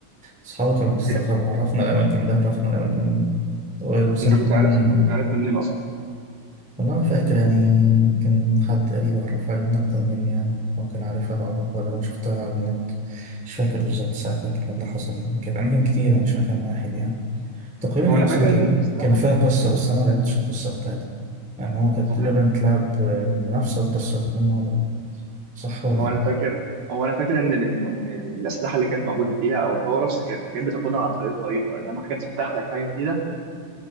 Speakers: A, in the centre; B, on the right.
A: أصحابي كانوا بيستغربوا
B: هي
A: عرفنا الأماكن ده عرفنا الأماكن دي هو بس
B: انت
A: نكون
B: كنت عارف انت كنت عارفها منين اصلا
A: والله ما فاكر يعني يمكن حد قريب عرفها لي من أكبر مني يعني هو كان عارفها بعرفها ولا أنا شفتها على النت مش فاكر بالظبط ساعتها كان اللي حصل يعني كانت أماكن كتيرة مش مكان واحد يعني تقريبا
B: هو
A: هي
B: انا
A: أصلا
B: فاكر
A: كانت
B: ان الاسلحه
A: كان فيها قصة بس أنا ما لعبتش القصة بتاعتها يعني هو كانت تقريبا
B: هو انا
A: تلعب آه، المنافسة والقصة الاتنين مع بعض صح ولا
B: هو
A: إيه؟
B: انا فاكر هو انا فاكر ان ال- ان إن يعني الاسلحه اللي كانت موجوده فيها او الباور ابس كانت حاجات بتاخدها عن طريق الخريطه انما حاجات بتفتح لك حاجه جديده